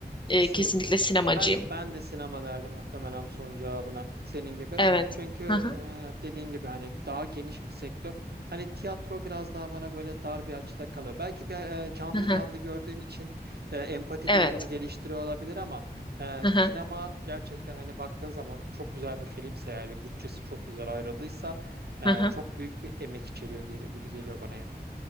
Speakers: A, on the left; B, on the right.
A: E,
B: Kesinlikle.
A: kesinlikle sinemacıyım.
B: Ben ben de sinema derdim muhtemelen bu sorunun cevabına senin gibi.
A: Evet.
B: Çünkü
A: Hı hı,
B: e, dediğin gibi hani daha geniş bir sektör. Hani tiyatro biraz daha bana böyle dar bir açıda kalıyor. Belki bir e, canlı
A: hı hı.
B: canlı gördüğün için e, empati
A: Evet.
B: duygunu geliştiriyor olabilir ama e,
A: Hı
B: sinema
A: hı,
B: gerçekten hani baktığın zaman çok güzel bir filmse eğer bir bütçesi çok güzel ayrıldıysa e,
A: hı hı.
B: çok büyük bir emek içeriyor geliyor, gibi geliyor bana hep.